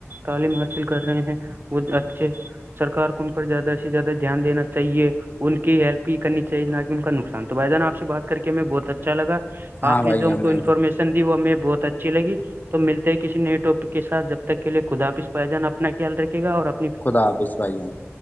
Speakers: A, on the right (about 45°); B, on the left (about 35°).
A: تعلیم حاصل کر رہے ہیں وہ اچھے سرکار کون زیادہ سے زیادہ دھیان دینا چاہے ان کی ہیلپ ہی کرنی چاہیے نہ کہ ان کا نقصان تو بھدان آپ سے بات کر کے میں بہت اچھا لگا
B: ہاں
A: آ
B: بھائی
A: نے جو ہم
B: ہمیں
A: کو انفارمیشن دی وہ ہمیں بہت اچھی لگی تو ملتے ہی کسی نئے ٹاپک کے سھ جب تک کے لیے خداپ اس پجان اپنا خیال رکھے گا اور اپ
B: خدا سوائییا نے